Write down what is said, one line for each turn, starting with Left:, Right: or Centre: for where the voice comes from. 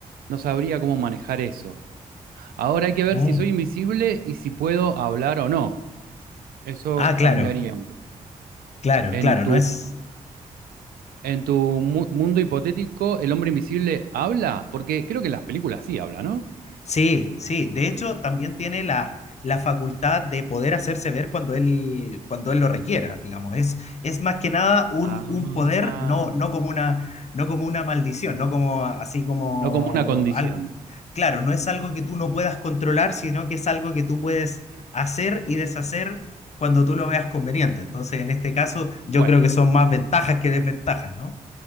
Right: No sabría cómo manejar eso. Ahora hay que ver
Left: Mm.
Right: si soy invisible y si puedo hablar o no. Eso
Left: Ah, claro,
Right: cambiaría. un poco.
Left: claro, claro.
Right: En tu,
Left: No es,
Right: en tu mu- mundo hipotético, ¿el hombre invisible habla? Porque creo que las películas sí hablan, ¿no?
Left: Sí, sí. De hecho, también tiene la, la facultad de poder hacerse ver cuando él, cuando él lo requiera, digamos. Es, es más que nada un,
Right: Ah,
Left: un poder, no, no como una, no como una maldición, no como así como...
Right: no como una condición.
Left: al- Claro, no es algo que tú no puedas controlar, sino que es algo que tú puedes hacer y deshacer cuando tú lo veas conveniente. Entonces, en este caso, yo
Right: Bueno,
Left: creo que son más ventajas que desventajas, ¿no?